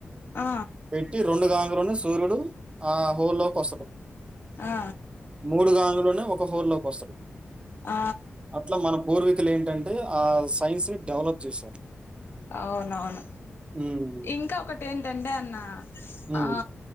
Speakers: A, on the left; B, on the right.
A: ఆ
B: పెట్టి రెండు గాంగ లోనే సూర్యుడు ఆ హోల్లోకి వస్తాడు.
A: ఆ
B: మూడు గాంగలోనే ఒక హోల్ లోకి వస్తాడు.
A: ఆ
B: అట్లా మన పూర్వకులు ఏంటంటే ఆ సైన్స్ ని డెవలప్ చేశారు.
A: అవునవును
B: హ్మ్.
A: ఇంకా ఒకటి ఏంటంటే అన్న
B: హ్మ్.
A: ఆ